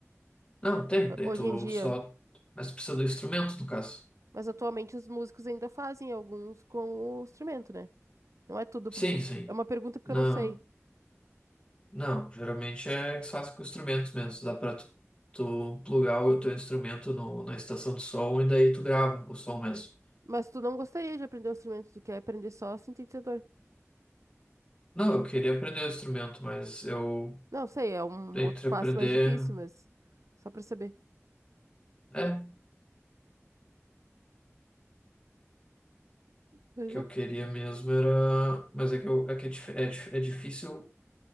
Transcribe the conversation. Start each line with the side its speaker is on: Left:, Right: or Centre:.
Left: Não, tem, daí
Right: Hoje
Left: tu
Right: em dia.
Left: só. Mas tu precisa do instrumento, no caso.
Right: Mas atualmente os músicos ainda fazem alguns com o instrumento, né? Não é tudo
Left: Sim,
Right: pro cin-
Left: sim.
Right: É uma pergunta porque
Left: Não,
Right: eu não sei.
Left: não, geralmente é que se faz com instrumentos mesmo, dá pra tu tu plugar o teu instrumento no, na estação de som e daí tu grava o som mesmo.
Right: Mas tu não gostaria de aprender o instrumento, tu quer aprender só sintetizador.
Left: Não, eu queria aprender o instrumento, mas eu
Right: Não, sei, é um
Left: entre
Right: um outro passo
Left: aprender,
Right: mais difícil, mas só pra saber.
Left: é, o
Right: Pois
Left: que
Right: é.
Left: eu queria mesmo era, mas é que, eu, é, que é, dif- é dif- é difícil,